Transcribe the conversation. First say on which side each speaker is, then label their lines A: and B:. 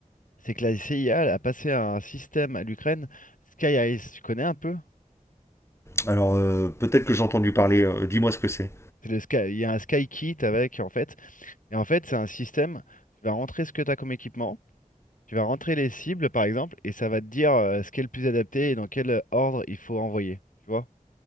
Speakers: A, on the left (about 75°); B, on the left (about 20°).
A: c'est que la CIA elle a passé un système à l'Ukraine, Sky Ice, tu connais un peu?
B: Alors euh, peut-être que j'ai entendu parler, euh, dis-moi ce que c'est.
A: C'est le Sky- il y a un Sky Kit avec, en fait. Et en fait, c'est un système, tu vas rentrer ce que tu as comme équipement, tu vas rentrer les cibles, par exemple, et ça va te dire euh, ce qui est le plus adapté et dans quel euh, ordre il faut envoyer. Tu vois?